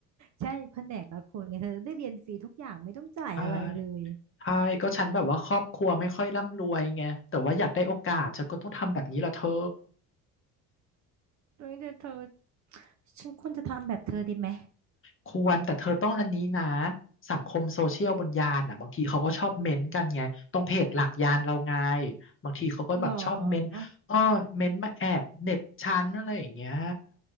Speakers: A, on the right (about 40°); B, on the left (about 25°).
A: ใช่แผนกละคนไงเธอได้เรียนฟรีทุกอย่างไม่ต้องจ่ายอะไรเลย
B: ใช่ใช่ก็ฉันแบบว่าครอบครัวไม่ค่อยร่ำรวยไงแต่ว่าอยากได้โอกาสฉันก็ต้องทำแบบนี้ละเธอ
A: เฮ้ยเดี๋ยวเธอฉันควรจะทำแบบเธอดีไหม
B: ควรแต่เธอต้องอันนี้นะสังคมโซเชียลบนยานอ่ะบางทีเขาก็ชอบเม้นต์กันไงตรงเพจหลักยานเราไงบางทีเขาก็แบบชอบเม้นต์อ้อเม้นต์มาแอบเหน็บชั้นอะไรอย่างเงี้ย
A: หรอ